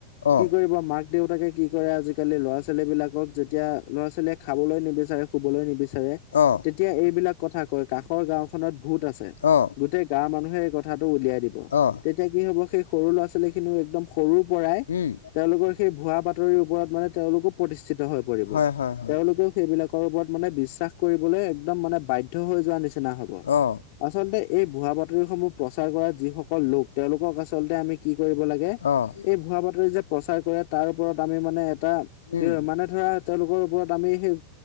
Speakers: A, on the left (about 65°); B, on the left (about 45°).
A: অ
B: কি কৰিব মাক দেউতাকে কি কৰে আজিকালি ল'ৰা-ছোৱালী বিলাকক যেতিয়া ল'ৰা-ছোৱালীয়ে খাবলৈ নিবিচাৰে শুবলৈ নিবিচাৰে,
A: অ
B: তেতিয়া এইবিলাক কথা কয় কাষৰ গাওঁখনত ভূত আছ ছে
A: অ
B: গোটেই গাঁৱৰ মানুহে এই কথাটো উলিয়াই দিব,
A: অ
B: তেতিয়া কি হ'ব সেই সৰু ল'ৰা-ছোৱালী খিনিওঁ সৰুৰ পৰাই
A: উম
B: তেওঁলোকৰ সেই ভুৱা বাতৰিৰ ওপৰত মানে তেওঁলোকো প্ৰতিষ্ঠিত হৈ পৰিব,
A: হয় হয় হয়
B: তেওঁলোক সেইবিলাকৰ ওপৰত মানে বিশ্বাস কৰিবলৈ একদম মানে বাধ্য হৈ যোৱা নিচিনা হ'ব।
A: অ
B: আচলতে এই ভুৱা বাতৰি সমূহ প্ৰচাৰ কৰা যিসকল লোক তেওঁলোকক আচলতে আমি কি কৰিব লাগে
A: অ',
B: এই ভুৱা বাতৰি যে প্ৰচাৰ কৰে তাৰ ওপৰত আমি মানে এটা, কি
A: উম
B: হয় মানে ধৰা তেওঁলোকৰ ওপৰত আমি সেই,